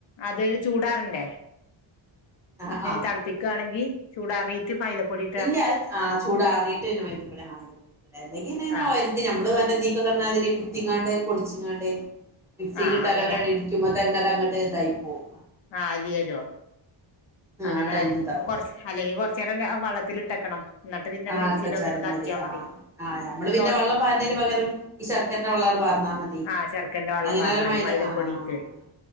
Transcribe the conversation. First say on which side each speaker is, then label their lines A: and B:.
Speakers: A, on the left; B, in the centre.
A: അത് ചൂടാറണ്ടേ
B: ആ ആ
A: തണുപ്പിക്കുകയാണെങ്കിൽ ചൂടാറിയിട്ട് മൈദ പൊടി
B: ഇല്ല അത് ആ ചൂടാറിയിട്ട്ന്നെ മൈത പൊടി അല്ലെക്കിൽങ്ങനെ
A: ആഹ്
B: നമ്മള് മറ്റേ ഇതിക്കെ കാണണ മാതിരി കുത്തിങ്ങാണ്ട് പൊടിച്ചിങ്ങാണ്ട് മിക്സിയില്
A: ആഹ്
B: ഇട്ട്
A: അങ്ങനെ
B: ഒര് അടി അടിക്കുമ്പോൾ തന്നെ അങ്ങോട്ട് ഇതായിപ്പോവും
A: ആ അലിയലോ
B: ആ
A: അങ്ങനെ
B: ആണ്ട് അലിഞ്ഞിതാവും
A: കൊറച്ച് അല്ലെങ്കില് കൊറച്ച് നേരം വള്ളത്തിലിട്ടക്കണം എന്നിട്ട് പിന്ന
B: ആഹ്
A: മിക്സിൽ
B: ഇട്ടച്ചാലും
A: ഒന്ന് കറക്കിയാൽ മതി
B: ആഹ് ആഹ് ഞമ്മള് പിന്നെ
A: സോൾ
B: വെള്ളം പാരുന്നതിന് പകരം ഈ ശർക്കരന്റെ വെള്ളാണ് പാർന്നാ മതി
A: ആ ശർക്കന്റെ
B: നമ്മളെങ്ങനായാലും
A: വെള്ളം പറഞ്ഞാ മതി
B: മൈദ
A: മൈദപ്പൊടിക്ക്
B: ആഹ് ആഹ്